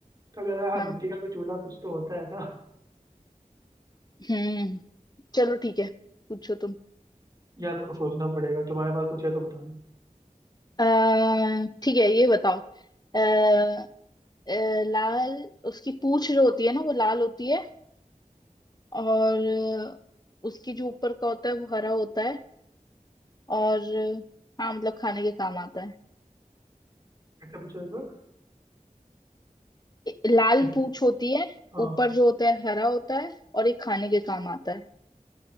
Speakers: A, on the right; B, on the left.
A: तब यार हाँ
B: हाँ
A: मिट्टी का कोई चूल्हा कुछ तो होता है ना
B: हम्म चलो ठीक है पूछो तुम
A: यार मेरे को सोचना पड़ेगा तुम्हारे पास कुछ है तो बता दो
B: अः ठीक है ये बताओ अः लाल उसकी पूंछ जो होती है ना वो लाल होती है और अ, उसकी जो ऊपर का होता है वो हरा होता है और अ, हाँ मतलब खाने के काम आता है
A: ऐसे पूछो एक बार
B: ए- लाल
A: ऐसे-
B: पूंछ होती है
A: हाँ
B: ऊपर जो होता है हरा होता है और ये खाने के काम आता है